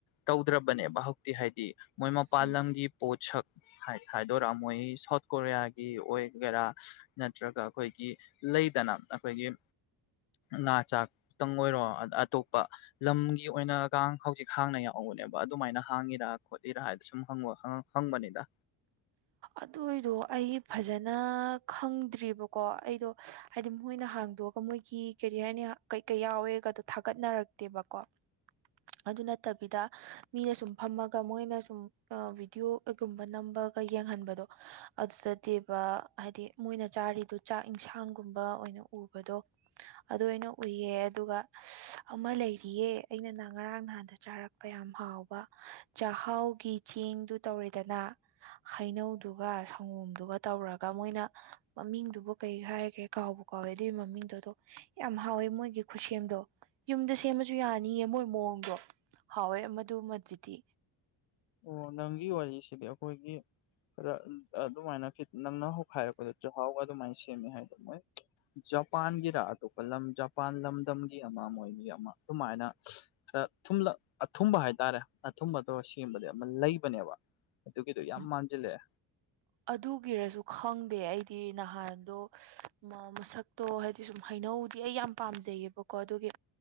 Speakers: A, on the left; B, on the right.
A: ꯇꯧꯗ꯭ꯔꯕꯅꯦꯕ ꯍꯧꯖꯤꯛꯇꯤ ꯍꯥꯏꯗꯤ ꯃꯣꯏ ꯃꯄꯥꯟ
B: ꯎꯝ
A: ꯂꯝꯒꯤ ꯄꯣꯠꯁꯛ ꯍꯥꯏꯗꯣꯔꯛꯑꯃꯣꯏ ꯁꯥꯎꯠ ꯀꯣꯔꯤꯌꯥꯒꯤ ꯑꯣꯏꯒꯦꯔꯥ ꯅꯠꯇ꯭ꯔꯒ ꯑꯩꯈꯣꯏꯒꯤ ꯂꯩꯗꯅ ꯑꯩꯈꯣꯏꯒꯤ ꯉꯥ ꯆꯥꯛ ꯈꯇꯪ ꯑꯣꯏꯔꯣ ꯑꯇꯣꯞꯄ ꯂꯝꯒꯤ ꯑꯣꯏꯅ ꯍꯥꯡ ꯍꯧꯖꯤꯛ ꯍꯥꯡꯅ ꯌꯥꯎꯕꯅꯦꯕ ꯑꯗꯨꯃꯥꯏꯅ ꯍꯥꯡꯉꯤꯔꯥ ꯈꯣꯠꯂꯤꯔꯥ ꯍꯥꯏꯗ ꯁꯨꯝ ꯍꯪꯉꯣ ꯍꯪ ꯕꯅꯤꯗ
B: ꯑꯗꯨꯏꯗꯣ ꯑꯩ ꯐꯖꯅ ꯈꯪꯗ꯭ꯔꯤꯕꯔꯤꯕꯀꯣ ꯑꯩꯗꯣ ꯍꯥꯏꯗꯤ ꯃꯣꯏꯅ ꯍꯥꯡꯗꯣꯛꯑꯒ ꯃꯣꯏꯒꯤ ꯀꯦꯔꯤꯍꯥꯏꯅꯤ ꯀꯩꯀꯩ ꯌꯥꯎꯋꯦꯒꯗꯣ ꯊꯥꯒꯠꯅꯔꯛꯇꯦꯕꯀꯣ <inaudible> ꯑꯗꯨ ꯅꯠꯇꯕꯤꯗ ꯃꯤꯅ ꯁꯨꯝ ꯐꯝꯃꯒ ꯃꯣꯏꯅ ꯁꯨꯝ ꯕꯤꯗꯤꯑꯣꯒꯨꯝꯕ ꯅꯝꯕ ꯀꯩ ꯌꯦꯡꯍꯟꯕꯗꯣ ꯑꯗꯨꯗꯗꯤꯕ ꯍꯥꯏꯗꯤ ꯃꯣꯏꯅ ꯆꯥꯔꯤꯗꯨꯣ ꯆꯥꯛ ꯏꯟꯁꯥꯡꯒꯨꯝꯕ ꯑꯣꯏꯅ ꯎꯕꯗꯣ ꯑꯗꯨ ꯑꯣꯏꯅ ꯎꯏꯌꯦ ꯑꯗꯨꯒ ꯑꯃ ꯂꯩꯔꯤꯌꯦ ꯑꯩꯅ ꯉꯔꯥꯡ ꯅꯍꯥꯟꯗ ꯆꯥꯔꯛꯄ ꯌꯥꯝ ꯍꯥꯎꯕ ꯆꯥꯛꯍꯥꯎꯒꯤ ꯆꯦꯡꯗꯨ ꯇꯧꯔꯤꯗꯅ ꯍꯩꯅꯧꯗꯨꯒ ꯁꯪꯒꯣꯝꯗꯨꯒ ꯇꯧꯔꯒ ꯃꯣꯏꯅ ꯃꯃꯤꯡꯗꯨꯕꯨ ꯀꯩ ꯍꯥꯏꯈ꯭ꯔꯦ ꯀꯥꯎꯕ ꯀꯧꯋꯦ ꯑꯗꯨꯒꯤ ꯃꯃꯤꯡꯗꯨꯗꯣ ꯌꯥꯝ ꯍꯥꯎꯋꯦ ꯃꯣꯏꯒꯤ ꯈꯨꯠꯁꯦꯝꯗꯣ ꯌꯨꯝꯗ ꯁꯦꯝꯃꯁꯨ ꯌꯥꯅꯤꯌꯦ ꯃꯣꯏ ꯃꯑꯣꯡꯗꯣ ꯍꯥꯎꯋꯦ ꯃꯗꯨꯃꯗꯨꯗꯤ
A: ꯑꯣ ꯅꯪꯒꯤ ꯋꯥꯔꯤꯁꯤꯗꯤ ꯑꯩꯈꯣꯏꯒꯤ ꯈꯔ ꯑꯗꯨꯃꯥꯏꯅꯈꯤ ꯅꯪꯅ ꯍꯧꯈꯥꯏꯔꯛꯄꯗ ꯆꯍꯥꯎꯒ ꯑꯗꯨꯃꯥꯏꯅ ꯁꯦꯝꯃꯦ ꯍꯥꯏꯗꯣ ꯃꯣꯏ ꯖꯄꯥꯟꯒꯤꯔ ꯑꯇꯣꯞꯄ ꯂꯝ ꯖꯄꯥꯟ ꯂꯝꯗꯝꯒꯤ ꯑꯃ ꯃꯣꯏꯒꯤ ꯑꯃ ꯑꯗꯨꯃꯥꯏꯅ ꯈꯔꯂ ꯑꯊꯨꯝꯕ ꯍꯥꯏꯇꯥꯔꯦ ꯑꯊꯨꯝꯕꯗꯣ ꯁꯦꯝꯕꯗ ꯑꯃ ꯂꯩꯕꯅꯦꯕ ꯑꯗꯨꯒꯤꯗꯣ ꯌꯥꯝ
B: ꯎꯝ
A: ꯃꯥꯟꯁꯤꯜꯂꯦ
B: ꯑꯗꯨꯒꯤꯔꯁꯨ ꯈꯪꯗꯦ ꯑꯩꯗꯤ ꯅꯍꯥꯟꯗꯣ ꯃꯥ ꯃꯁꯛꯇꯣ ꯍꯥꯏꯗꯤ ꯁꯨꯝ ꯍꯩꯅꯧꯗꯤ ꯑꯩ ꯌꯥꯝ ꯄꯥꯝꯖꯩꯌꯦꯕꯀꯣ ꯑꯗꯨꯒꯤ